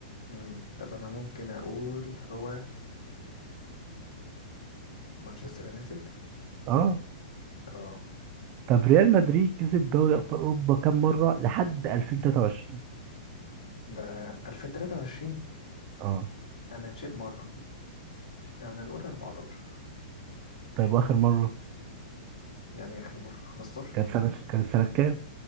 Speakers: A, on the left; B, on the right.
A: م. طب أنا ممكن أقول هو مانشستر يونايتد
B: أه
A: اه
B: طب ريال مدريد كسب دوري أبطال أوروبا كام مرة لحد 2023
A: ده 2023
B: أه
A: أنا مشيت مرة يعني هنقول 14
B: طيب وآخر مرة
A: يعني آخر مرة 15
B: كانت سنة كانت سنة كام؟